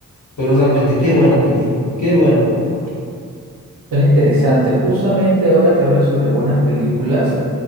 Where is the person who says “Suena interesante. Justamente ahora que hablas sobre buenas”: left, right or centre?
Right